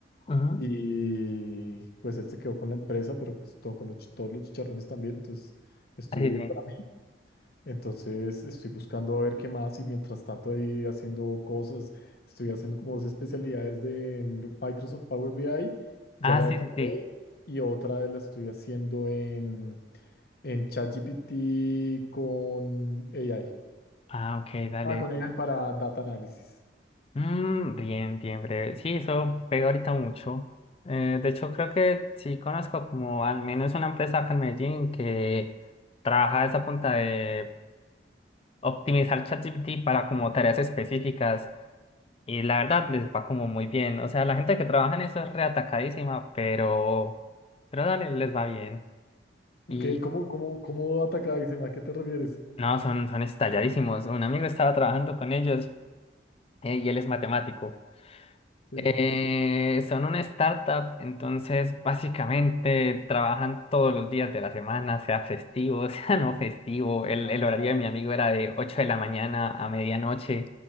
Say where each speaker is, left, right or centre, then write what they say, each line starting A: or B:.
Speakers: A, on the left; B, on the left.
A: ujú.
B: Y pues él se quedó con la empresa, pero pues todo, con los, chi- todos los chicharrones también, entonces estuvo
A: Ah, sí
B: bien
A: sí
B: para mí. Entonces estoy buscando a ver qué más y mientras tanto ahí haciendo cosas, estoy haciendo como dos especialidades de en Microsoft Power BI, ya
A: Ah,
B: la
A: sí,
B: acabé
A: sí, sí.
B: y otra la estoy haciendo en, en ChatGPT con AI.
A: Ah, ok, dale.
B: Ah, con AI para data análisis.
A: Mm, bien, bien breve. Sí, eso pega ahorita mucho. Eh, de hecho, creo que sí conozco como al menos una empresa acá en Medellín que trabaja a esa punta de optimizar ChatGPT para como tareas específicas y la verdad les va como muy bien. O sea, la gente que trabaja en eso es reatacadísima, pero, pero dale, les va bien.
B: Ok,
A: y
B: ¿cómo, cómo, cómo data acá? Dice, ¿a qué te refieres?
A: No, son, son estalladísimos. Un amigo estaba trabajando con ellos eh, y él es matemático.
B: Sí.
A: Eh, son una startup, entonces básicamente trabajan todos los días de la semana, sea festivo, <laughs> sea no festivo. El,
B: Ah,
A: el
B: claro.
A: horario de mi amigo era de 8 de la mañana a medianoche.